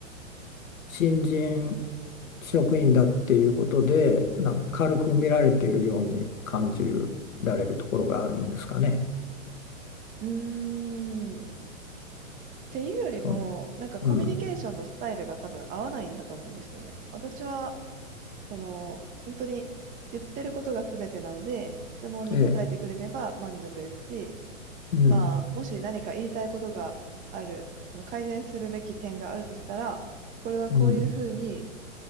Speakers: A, on the left; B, on the right.
A: 新人職員だっていうことで、なんか軽く見られているように感じられるところがあるんですかね。
B: うーん。っていうよりも、
A: そん
B: なんかコミュニケーションのスタイルが多分合わないんだと思うんですよね。
A: うん、
B: 私はその、本当に言ってることが全てなので、質問に答えてくれれば満足ですし、
A: ええ、うん、
B: まあ、もし何か言いたいことがある、その改善するべき点があるとしたら、これはこういうふうに
A: うん、